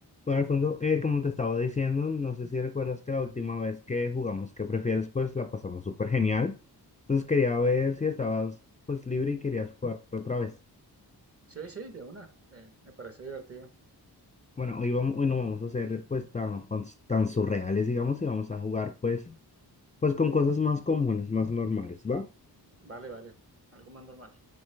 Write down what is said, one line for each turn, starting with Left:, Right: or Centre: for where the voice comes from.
Left: Bueno, Alfonso, eh, como te estaba diciendo, no sé si recuerdas que la última vez que jugamos ¿Qué prefieres? Pues la pasamos súper genial. Entonces quería ver si estabas pues libre y querías jugar otra vez.
Right: Sí, sí, de una. Eh, me parece divertido.
Left: Bueno, hoy, vamos, hoy no vamos a ser pues tan, tan surreales, digamos, y vamos a jugar pues, pues con cosas más comunes, más normales, ¿va?
Right: Vale, vale. Algo más normal.